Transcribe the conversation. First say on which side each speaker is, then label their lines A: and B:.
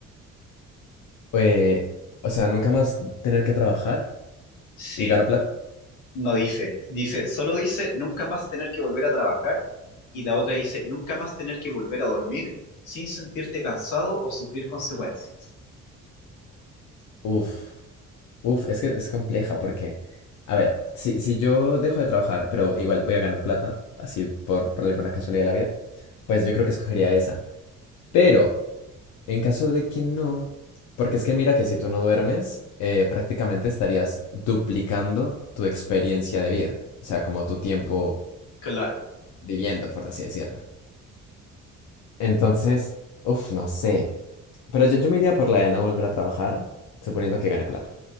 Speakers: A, on the left; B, on the left.
A: Eh, o sea, nunca más tener que trabajar
B: Sí,
A: y gano plata.
B: no dice, dice, solo dice nunca más tener que volver a trabajar y la otra dice nunca más tener que volver a dormir sin sentirte cansado o sufrir consecuencias.
A: Uf. Uf, es que es compleja porque, a ver, si, si yo dejo de trabajar, pero igual voy a ganar plata, así por, por alguna casualidad de la vida, pues yo creo que escogería esa. Pero, en caso de que no, porque es que mira que si tú no duermes, eh, prácticamente estarías duplicando tu experiencia de vida, o sea, como tu tiempo
B: Claro.
A: viviendo, por así decirlo. Entonces, uf, no sé. Pero yo, yo me iría por la de no volver a trabajar, suponiendo que gane plata.